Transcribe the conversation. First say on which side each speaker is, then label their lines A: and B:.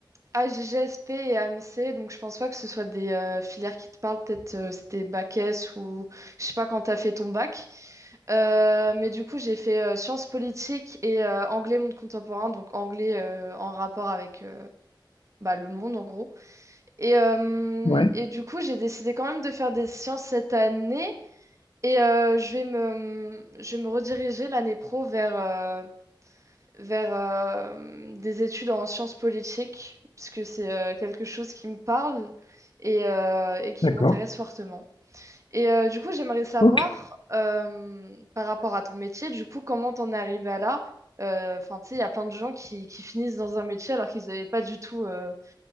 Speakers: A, on the right (about 40°); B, on the left (about 80°).
A: ah, GGSP et AMC, donc je pense pas que ce soit des euh, filières qui te parlent, peut-être euh, c'était bac S ou je sais pas quand t'as fait ton bac. Euh, mais du coup, j'ai fait euh, sciences politiques et euh, anglais monde contemporain, donc anglais euh, en rapport avec euh, bah, le monde en gros. Et, euh,
B: ouais.
A: et du coup, j'ai décidé quand même de faire des sciences cette année et euh, je vais me, je vais me rediriger l'année pro vers, euh, vers euh, des études en sciences politiques, puisque c'est euh, quelque chose qui me parle et, euh, et qui
B: D'accord.
A: m'intéresse fortement. Et euh, du coup, j'aimerais savoir,
B: Ok.
A: euh, par rapport à ton métier, du coup, comment t'en es arrivé à là? Euh, Enfin, tu sais, il y a plein de gens qui, qui finissent dans un métier alors qu'ils n'avaient pas du tout, euh,